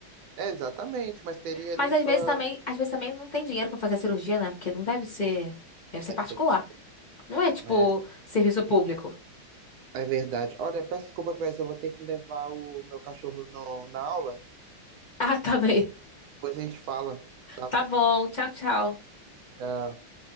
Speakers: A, on the right; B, on the left.
A: É, exatamente, mas teria ali
B: Mas às
A: sua.
B: vezes também, às vezes também não tem dinheiro pra fazer a cirurgia, né? Porque não deve ser, deve ser
A: Deve
B: particular.
A: ser caro,
B: Não é, tipo,
A: né?
B: serviço público. <laughs>
A: É verdade. Olha, peço desculpa, Cláudia, eu vou ter que levar o meu cachorro no, na aula.
B: Ah, tá bem.
A: Depois a gente fala, tá
B: Tá
A: bom?
B: bom. Tchau, tchau.
A: Tchau.